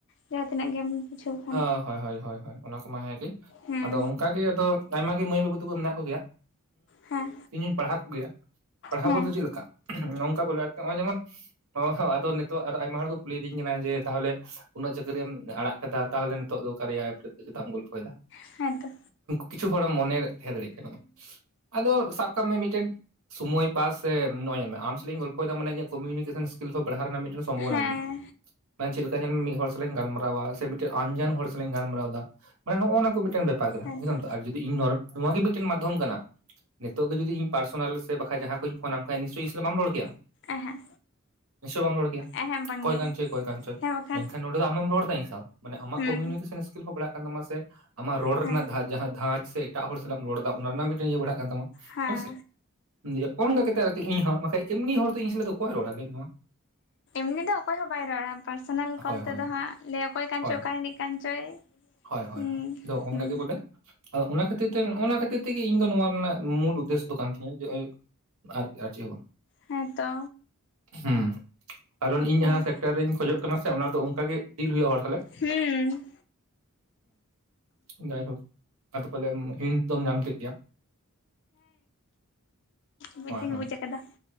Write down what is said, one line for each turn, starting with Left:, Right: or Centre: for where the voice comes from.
Left: ᱡᱟᱸᱦᱟ ᱛᱤᱱᱟᱹᱜ ᱜᱮᱢ, ᱵᱩᱡᱷᱟᱹᱣ ᱠᱷᱟᱱ
Right: ᱦ ᱦᱳᱭ ᱦᱳᱭ ᱦᱳᱭ ᱦᱳᱭ ᱚᱱᱟ ᱠᱚᱢᱟ ᱦᱮᱸᱜᱮ
Left: ᱦᱮᱸ
Right: ᱟᱫᱚ, ᱚᱱᱠᱟ ᱜᱮ ᱟᱫᱚ ᱟᱭᱢᱟ ᱜᱮ ᱢᱟᱹᱭ ᱵᱟᱹᱵᱩ ᱛᱟᱠᱚ ᱢᱮᱱᱟᱜ ᱠᱚ ᱜᱮᱭᱟ
Left: ᱦᱮᱸ
Right: ᱤᱧᱤᱧ ᱯᱟᱲᱦᱟᱣ ᱠᱚ ᱜᱮᱭᱟ᱾ ᱯᱟᱲᱦᱟᱣ
Left: ᱦᱮᱸ
Right: ᱵᱚᱞ ᱛᱮ ᱪᱮᱫ ᱞᱮᱠᱟ ᱱᱚᱝᱠᱟ ᱠᱚ ᱞᱟᱹᱭᱟ ᱱᱚᱜ-ᱚᱭ ᱡᱮᱢᱚᱱ, ᱚᱦ ᱟᱫᱚ ᱱᱤᱛᱚᱜ ᱟᱫᱚ ᱟᱭᱢᱟ ᱦᱚᱲ ᱠᱚ ᱠᱩᱞᱤᱫᱤᱧ ᱠᱟᱱᱟ ᱡᱮ ᱛᱟᱸᱦᱚᱞᱮ ᱩᱱᱟᱹᱜ ᱪᱟᱹᱠᱨᱤᱢ ᱟᱲᱟᱜ, ᱟᱠᱟᱫᱟ ᱛᱟᱸᱦᱚᱞᱮ ᱱᱤᱛᱚᱜ ᱫᱚ ᱠᱟᱨᱭᱟ ᱮᱯ ᱨᱮ ᱫᱚ ᱪᱮᱫᱟᱜ ᱮᱢ ᱜᱚᱞᱯᱷᱚᱭ ᱮᱫᱟ,
Left: ᱦᱮᱸ ᱛᱚ,
Right: ᱠᱤᱪᱷᱩ ᱦᱚᱲᱮᱢ ᱢᱚᱱᱮ ᱛᱟᱦᱮᱸ ᱫᱟᱲᱮᱭᱟᱜ ᱠᱟᱱᱟ ᱟᱫᱚ ᱥᱟᱵ ᱠᱟᱜ ᱢᱮ ᱢᱤᱫᱴᱮᱱ ᱥᱚᱢᱚᱭ ᱯᱟᱥ ᱥᱮ ᱱᱚᱜᱼᱚᱭ ᱧᱮᱞ ᱢᱮ ᱟᱢ ᱥᱟᱞᱟᱜ ᱤᱧ ᱜᱚᱞᱯᱷᱚᱭ ᱮᱫᱟ ᱢᱟᱱᱮᱧᱟᱹᱜ ᱠᱚᱢᱤᱭᱤᱱᱤᱠᱮᱥᱚᱱ ᱥᱠᱤᱞ ᱦᱚᱸ ᱵᱟᱲᱦᱟᱣ ᱨᱮᱱᱟᱜ ᱢᱤᱫᱴᱮᱱ ᱥᱚᱢᱵᱷᱚᱵᱚᱱᱟ
Left: ᱦᱮᱸ
Right: ᱢᱮᱱᱟᱜᱼᱟ ᱢᱟᱱᱮ ᱪᱮᱫ ᱞᱮᱠᱟ ᱧᱮᱞ ᱢᱮ ᱢᱤᱫ ᱦᱚᱲ ᱥᱟᱞᱟᱜ ᱤᱧ ᱜᱟᱞᱢᱟᱨᱟᱣᱟ ᱥᱮ ᱢᱤᱫᱴᱮᱱ ᱟᱱᱡᱟᱱ ᱦᱚᱲ ᱥᱟᱞᱟᱜ ᱤᱧ ᱜᱟᱞᱢᱟᱨᱟᱣ ᱫᱟ᱾ ᱢᱟᱱᱮ ᱱᱚᱜᱼᱚ ᱱᱚᱣᱟ ᱠᱚ ᱢᱤᱫᱴᱮᱱ ᱵᱮᱯᱟᱨ ᱠᱟᱱᱟ
Left: ᱦᱮᱸᱛᱚ
Right: ᱵᱩᱡᱟᱢ ᱛᱚ ᱟᱨ ᱡᱩᱫᱤ ᱤᱧ ᱜᱮ ᱢᱤᱫᱴᱮᱱ ᱢᱟᱫᱽᱫᱷᱚᱢ ᱠᱟᱱᱟ᱾ ᱱᱤᱛᱚᱜ ᱜᱮ ᱡᱩᱫᱤ ᱤᱧ ᱯᱟᱨᱥᱳᱱᱟᱞ ᱥᱮ ᱵᱟᱠᱷᱟᱡ ᱡᱟᱦᱟᱸ ᱠᱷᱚᱡ ᱯᱷᱳᱱ ᱱᱟᱢ ᱠᱷᱟᱱ ᱱᱤᱥᱪᱳᱭ ᱤᱧ ᱥᱟᱞᱟᱜ ᱵᱟᱢ ᱨᱚᱲ ᱠᱮᱭᱟ
Left: ᱮᱦᱮᱸ
Right: ᱱᱤᱥᱪᱳᱭ ᱵᱟᱢ ᱨᱚᱲ ᱠᱮᱭᱟ
Left: ᱮᱦᱮᱸ ᱵᱟᱝᱜᱮ
Right: ᱚᱠᱚᱭ ᱠᱟᱱᱪᱚᱭ ᱚᱠᱚᱭ ᱠᱟᱱᱪᱚᱭ
Left: ᱦᱮᱸ ᱵᱟᱠᱷᱟᱱ
Right: ᱢᱮᱱ ᱠᱷᱟᱱ <unintelligible> ᱟᱢᱮᱢ ᱨᱚᱲ ᱮᱫᱟ ᱤᱧ ᱥᱟᱶ ᱢᱟᱱᱮ ᱟᱢᱟᱜ
Left: ᱦᱩᱸ
Right: ᱠᱚᱢᱤᱭᱩᱱᱤᱠᱮᱥᱚᱱ ᱤᱥᱠᱤᱞ ᱦᱚᱸ ᱵᱟᱨᱟᱜ ᱠᱟᱱ ᱛᱟᱢᱟ ᱥᱮᱼᱼ ᱟᱢᱟᱜ ᱨᱚᱲ
Left: ᱦᱮᱸ
Right: ᱨᱮᱱᱟᱜ ᱫᱷᱟᱡᱷ ᱡᱟᱦᱟᱸ ᱫᱷᱟᱡᱽ ᱥᱮ ᱮᱴᱟᱜ ᱦᱚᱲ ᱥᱟᱞᱟᱜ ᱮᱢ ᱨᱚᱲ ᱮᱫᱟ ᱚᱱᱟ ᱨᱮᱱᱟᱜ ᱢᱤᱫᱴᱮᱱ ᱤᱭᱟᱹ ᱵᱟᱨᱦᱟᱜ ᱠᱟᱱ ᱛᱟᱢᱟ
Left: ᱦᱮᱸ
Right: ᱦᱳᱭ ᱥᱮ <unintelligible> ᱚᱱᱠᱟ ᱠᱟᱛᱮᱫ ᱟᱨᱠᱤ ᱤᱧᱦᱚᱸ ᱵᱟᱠᱷᱟᱡ ᱮᱢᱱᱤ ᱦᱚᱲ ᱫᱚ ᱤᱧ ᱥᱟᱞᱟᱜ ᱫᱚ ᱚᱠᱚᱭ ᱨᱚᱲᱟ ᱞᱟᱹᱭ ᱢᱮ ᱱᱚᱣᱟ <unintelligible>
Left: ᱩᱱᱤ ᱫᱚ ᱚᱠᱚᱭ ᱦᱚᱸ ᱵᱟᱭ ᱨᱚᱲᱟ ᱯᱟᱨᱥᱚᱱᱟᱞ ᱠᱚᱞ
Right: ᱦᱳᱭ
Left: ᱛᱮ
Right: ᱦᱳᱭ
Left: ᱫᱚ ᱦᱟᱜ ᱞᱮᱭ <unintelligible> ᱚᱠᱚᱭ ᱠᱟᱱ
Right: ᱦᱳᱭ
Left: ᱪᱚᱭ ᱚᱠᱟ ᱨᱤᱱᱤᱭ ᱠᱟᱱ ᱪᱚᱭ
Right: ᱦᱳᱭ ᱦᱳᱭ
Left: ᱦᱩᱸ
Right: ᱦᱳᱭ ᱟᱫᱚ ᱚᱱᱠᱟ
Left: ᱦᱩᱸ
Right: ᱜᱮ ᱵᱚᱞᱮ ᱟᱫᱚ ᱚᱱᱟ ᱠᱷᱟᱹᱛᱤᱨ ᱛᱮ ᱱᱚᱜᱼᱚᱭ ᱱᱚᱣᱟ ᱠᱷᱟᱹᱛᱤᱨ ᱛᱮ ᱜᱮ ᱤᱧ ᱫᱚ ᱱᱚᱣᱟ ᱨᱮᱱᱟᱜ ᱢᱩᱞ ᱩᱫᱽᱫᱮᱥᱥᱚ ᱫᱚ ᱠᱟᱱ ᱛᱤᱧᱟᱹ ᱡᱮ <unintelligible> ᱟᱨ ᱟᱨ ᱪᱮᱫ ᱦᱚᱸᱵᱟᱝ
Left: ᱦᱮᱸ ᱛᱚ
Right: ᱦᱮᱸ ᱠᱟᱨᱚᱱ ᱤᱧ
Left: ᱦᱩᱸ
Right: ᱡᱟᱦᱟᱸ ᱴᱮᱠᱴᱟᱨ ᱨᱤᱧ ᱠᱷᱚᱡᱚᱜ ᱠᱟᱱᱟ ᱥᱮ ᱚᱱᱟ ᱫᱚ ᱚᱱᱠᱟ ᱜᱮ ᱰᱤᱞ ᱦᱩᱭᱩᱜᱼᱟ ᱦᱚᱲ ᱛᱟᱦᱚᱞᱮ
Left: ᱦᱩᱸ
Right: ᱦᱮᱸ ᱡᱟᱭᱦᱳᱠ ᱟᱫᱚ ᱯᱟᱞᱮ ᱦᱤᱱᱴ ᱫᱚᱢ ᱧᱟᱢ ᱠᱮᱫ ᱜᱮᱭᱟ᱾
Left: ᱵᱩᱡ
Right: ᱦᱳᱭ
Left: ᱫᱩᱧ
Right: ᱦᱳᱭ
Left: ᱵᱩᱡ ᱟᱠᱟᱫᱟ᱾